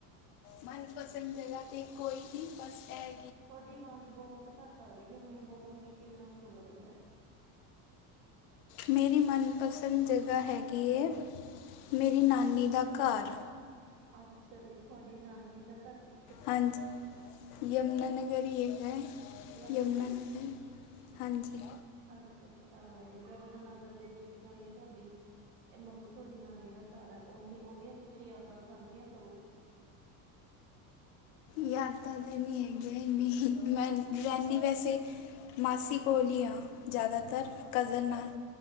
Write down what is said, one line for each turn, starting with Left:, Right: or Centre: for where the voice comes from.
Left: ਮਨਪਸੰਦ ਜਗਾ 'ਤੇ ਕੋਈ ਨੀ ਬਸ ਐ।
Right: ਤੁਹਾਡੀ ਆਵਾਜ਼ ਬਹੋਤ ਘੱਟ ਆ ਰਹੀ ਐ ਮੈਨੂੰ ਬਹੋਤ ਮੁਸ਼ਕਿਲ ਨਾਲ ਸੁਣ ਰਹੀ ਐ।
Left: ਮੇਰੀ ਮਨਪਸੰਦ ਜਗਾ ਹੈਗੀ ਐਂ, ਮੇਰੀ ਨਾਨੀ ਦਾ ਘਰ।
Right: ਅੱਛਾ ਜੀ ਤੁਹਾਡੀ ਨਾਨੀ ਦਾ ਘਰ ਕਿ
Left: ਹਾਂਜੀ ਯਮੁਨਾਨਗਰ ਈ ਰਹੀ ਦਾ ਐ।
Right: ਯਮੁਨਾ
Left: ਯਮੁਨਾਨਗਰ, ਹਾਂਜੀ।
Right: ਅੱਛਾ-ਅੱਛਾ ਇਹ ਯਮੁਨਾਨਗਰ ਦੇ ਵਿੱਚ ਕੋਈ ਤੁਹਾਡੀ ਇਹ ਮਤਲਬ ਤੁਹਾਡੀ ਨਾਨੀ ਦਾ ਘਰ ਐ ਉਨ ਉਹਦੀਆਂ ਕੁਛ ਯਾਦਾਂ ਸਾਂਝੀਆਂ ਕਰੋ।
Left: ਯਾਦਾ ਤਾਂ ਨੀ ਹੈਗੀਆਂ ਇੰਨੀ ਨਾਨੀ ਵੈਸੇ ਮਾਸੀ ਕੋਲ ਈ ਆ ਜ਼ਿਆਦਾਤਰ। ਕਜ਼ਨ
Right: ਹਾਂਜੀ,
Left: ਨਾਲ